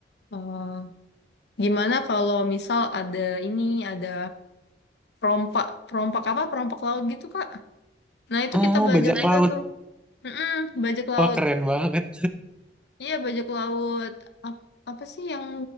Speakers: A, on the left; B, in the centre.
A: eh, gimana kalau misal ada ini ada perompak perompak apa perompak laut gitu Kak. Nah itu
B: Oh,
A: kita belajar
B: bajak
A: juga
B: Nah, laut.
A: tuh. Mm-mm, bajak laut.
B: Wah, keren banget.
A: Iya bajak laut. Ap- apa sih yang